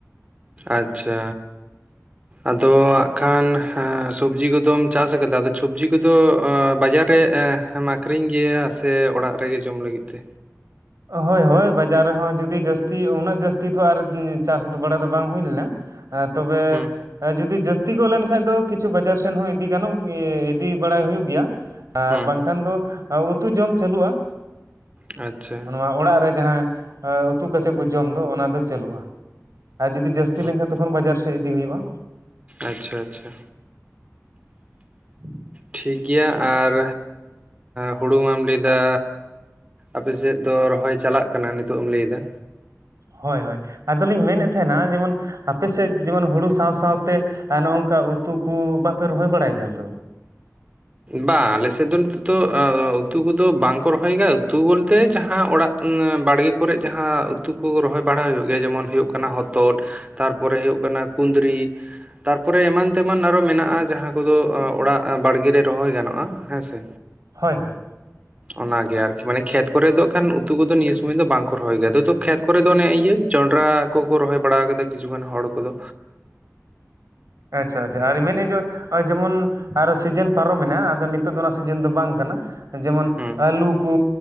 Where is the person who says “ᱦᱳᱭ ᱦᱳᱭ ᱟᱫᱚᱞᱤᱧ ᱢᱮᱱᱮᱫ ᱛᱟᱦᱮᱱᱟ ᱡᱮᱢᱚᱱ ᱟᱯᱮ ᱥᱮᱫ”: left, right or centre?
Right